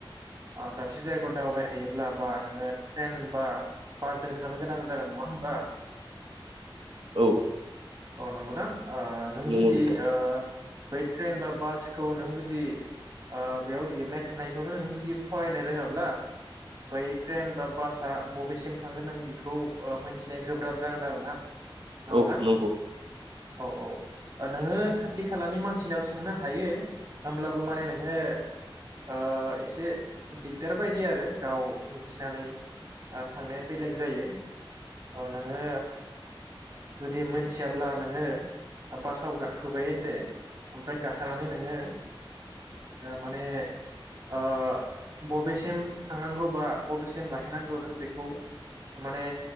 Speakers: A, on the right; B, on the right.
A: ओ दाबसे जायगायाव दावबायहायोब्ला बा नोङो ट्रेन बा बासजों थांनो गोनां जागोन नङा ओमबा?
B: औ
A: औ नंगौना ओ नों
B: नंगौ
A: जुदि
B: नोंथां
A: ओ बै ट्रेन बा बासखौ नों जुदि ओ बेयाव लिरनाय थानायखौनो नों जुदि फरायनो रोङाब्ला बै ट्रेन बा बासआ बबेसिम थांगोन नों बेखौ मोनथिनाया गोब्राब जागोन आरो ना? नंगौना
B: औ नंगौ
A: औ औ ओ नोङो खाथि खालानि मानसिनाव सोंनो हायो होमब्लाबो माने नोङो ओ इसे दिगदार बायदि आरो गाव मिथिनानै ओ थांनाया बेलेग जायो ओ नोङो जुदि मोनथियाब्ला नोङो बासाव गाखोबाय दे ओमफ्राय गाखोनानै नोङो ओ माने ओ बबेसिम थांनांगौ बा बबेसिम लाखिनांगौ नों बेखौ माने